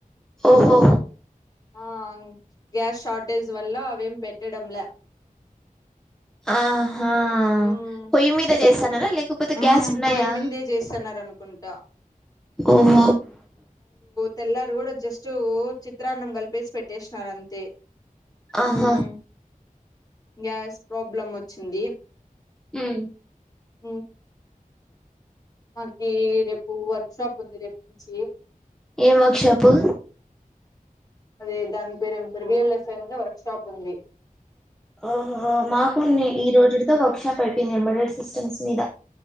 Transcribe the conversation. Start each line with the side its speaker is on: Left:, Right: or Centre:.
Centre: ఓహో
Left: ఆ గ్యాస్ షార్టేజ్ వల్ల అవేం పెట్టడంలా
Centre: ఆహా
Left: మ్మ్
Centre: పొయ్యి మీద చేస్తాన లేకపోతే
Left: మ్మ్
Centre: గ్యాస్ ఉన్నాయా
Left: పొయ్యి మిందే చేస్తున్నారు అనుకుంటా
Centre: ఓహ
Left: తెల్లారీ కూడా జస్ట్ చిత్రాన్నం కలిపేసి పెట్టేసినార అంతే
Centre: ఆహా
Left: మ్మ్ గ్యాస్ ప్రాబ్లం ఓచ్చింది.
Centre: మ్
Left: హు మాకి రేపు వర్క్ షాప్ ఉంది రేపట్నుంచి
Centre: ఏ వర్క్ షాపు
Left: అది దాని పేరు ఏం పేరు బిఎల్ఎస్ఐ మీద వర్క్ షాప్ ఉంది.
Centre: ఆహా మాకు ఉన్నయ్ ఈరోజుడితో వర్క్ షాప్ అయిపోయింది. ఎంబడెడ్ సిస్టమ్స్ మీద